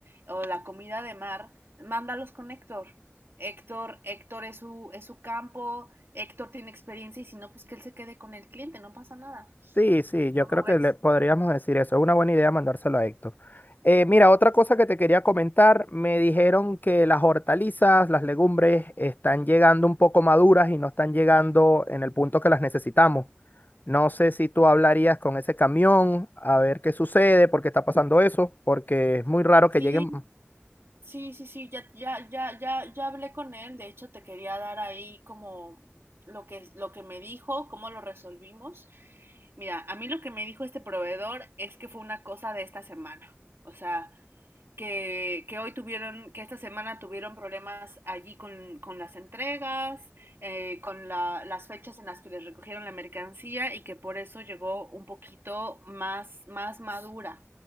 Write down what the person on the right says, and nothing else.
o la comida de mar, mándalos con Héctor. Héctor, Héctor es su, es su campo, Héctor tiene experiencia y si no, pues que él se quede con el cliente, no pasa nada.
¿Cómo
ves?
Sí.
Sí, sí, sí, ya, ya, ya, ya, ya hablé con él. De hecho, te quería dar ahí como lo que, lo que me dijo, cómo lo resolvimos. Mira, a mí lo que me dijo este proveedor es que fue una cosa de esta semana. O sea, que, que hoy tuvieron, que esta semana tuvieron problemas allí con, con las entregas, eh, con la- las fechas en las que les recogieron la mercancía y que por eso llegó un poquito más, más madura.